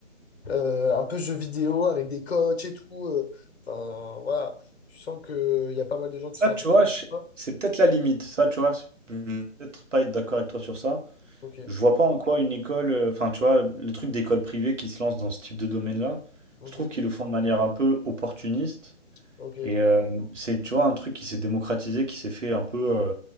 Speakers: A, on the left (about 55°); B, on the right (about 75°).
A: euh, un peu jeux vidéo avec des coachs et tout. euh, Enfin, voilà. Tu sens qu'il y a pas mal de gens
B: Ça,
A: qui sont
B: tu
A: intéressés
B: vois, je-
A: par ça.
B: c'est peut-être la limite. Ça, tu vois, c'est- je vais peut-être pas être d'accord avec toi sur ça.
A: Ok.
B: Je vois pas en quoi une école, euh, enfin, tu vois, le truc d'école privée qui se lance dans ce type de domaine-là,
A: Mhm.
B: je trouve qu'ils le font de manière un peu opportuniste.
A: Ok.
B: Et euh, c'est, tu vois, un truc qui s'est démocratisé, qui s'est fait un peu euh,